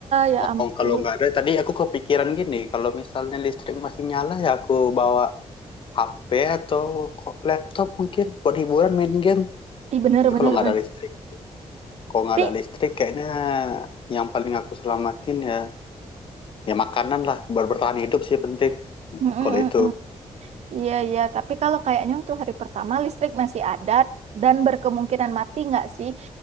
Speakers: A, on the right; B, on the left.
A: ya ampun.
B: Oh, kalau nggak ada, tadi aku kepikiran gini, kalau misalnya listrik masih nyala ya aku bawa HP atau ko- laptop mungkin buat hiburan main game.
A: Ih benar
B: Tapi
A: benar
B: kalau nggak
A: benar
B: ada listrik, kalau nggak
A: Tapi
B: ada listrik kayaknya yang paling aku selamatin ya ya makanan lah buat bertahan hidup sih penting
A: Mm-mm-mm.
B: kalau itu.
A: Iya, iya. Tapi kalau kayaknya untuk hari pertama listrik masih ada dan berkemungkinan mati nggak sih?